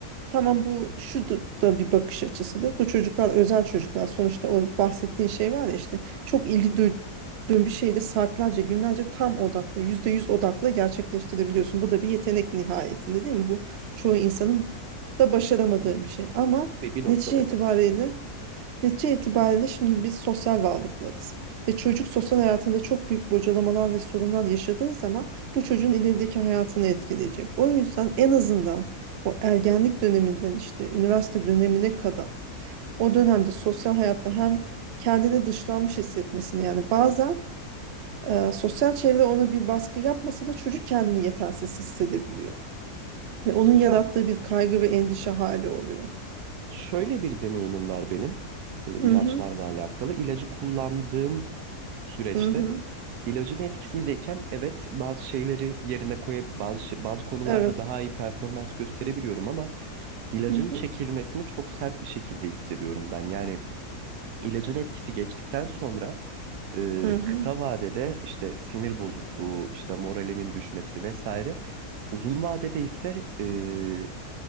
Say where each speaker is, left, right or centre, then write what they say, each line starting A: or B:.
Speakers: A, on the right (about 65°); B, on the right (about 80°).
A: tamam bu şu da da bir bakış açısıdır. Bu çocuklar özel çocuklar sonuçta o bahsettiğin şey var ya işte çok ilgi duyduğun bir şeyi de saatlerce, günlerce tam odakla, yüzde yüz odakla gerçekleştirebiliyorsun. Bu da bir yetenek nihayetinde değil mi? Bu çoğu insanın da başaramadığı bir şey ama
B: Ve bir noktada
A: netice
B: evet.
A: itibariyle Netice itibariyle şimdi biz sosyal varlıklarız. Ve çocuk sosyal hayatında çok büyük bocalamalar ve sorunlar yaşadığı zaman bu çocuğun ilerideki hayatını etkileyecek. O yüzden en azından o ergenlik döneminden işte üniversite dönemine kadar o dönemde sosyal hayatta hem kendini dışlanmış hissetmesini yani bazen e, sosyal çevre ona bir baskı yapmasa da çocuk kendini yetersiz hissedebiliyor. Ve onun yarattığı
B: Hocam
A: bir kaygı ve endişe hali oluyor.
B: Şöyle bir deneyimim var benim e, ilaçlarla
A: Hı hı,
B: alakalı. İlacı kullandığım süreçte
A: hı hı,
B: ilacın etkisindeyken evet bazı şeyleri yerine koyup bazı şey- bazı konularda
A: evet.
B: daha iyi performans gösterebiliyorum ama ilacın
A: Hı hı,
B: çekilmesini çok sert bir şekilde hissediyorum ben. Yani ilacın etkisi geçtikten sonra e,
A: hı hı.
B: kısa vadede işte sinir bozukluğu, işte moralimin düşmesi vesaire. Uzun vadede ise e,